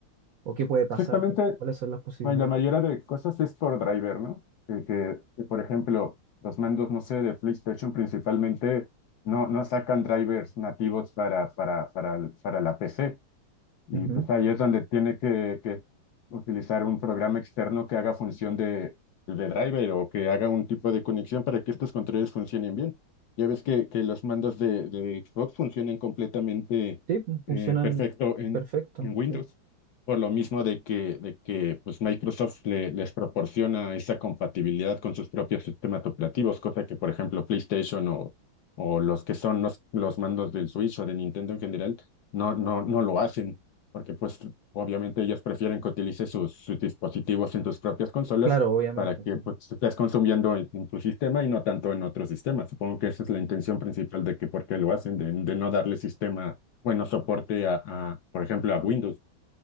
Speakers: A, on the right; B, on the left.
A: o qué puede pasar,
B: Exactamente
A: qué- cuáles son las posibilidades.
B: Bueno, y la mayoría de cosas es por driver, ¿no? Eh, que, que, por ejemplo, los mandos, no sé, de PlayStation principalmente no, no sacan drivers nativos para, para, para, para la PC. Y
A: Ujú.
B: pues ahí es donde tiene que, que utilizar un programa externo que haga función de, de driver o que haga un tipo de conexión para que estos controles funcionen bien. Ya ves que, que los mandos de, de Xbox funcionan completamente
A: Sí, pues, funcionan
B: eh, perfecto en,
A: perfecto,
B: en Windows,
A: sí.
B: por lo mismo de que, de que pues Microsoft le- les proporciona esa compatibilidad con sus propios sistemas operativos, cosa que por ejemplo PlayStation o, o los que son los, los mandos del Switch o de Nintendo en general no, no, no lo hacen porque pues obviamente ellos prefieren que utilices sus, sus dispositivos en tus propias consolas
A: Claro, obviamente,
B: para que
A: sí.
B: pues estés consumiendo en, en tu sistema y no tanto en otro sistema. Supongo que esa es la intención principal de que por qué lo hacen, de, de no darle sistema, bueno, soporte a, a, por ejemplo, a Windows.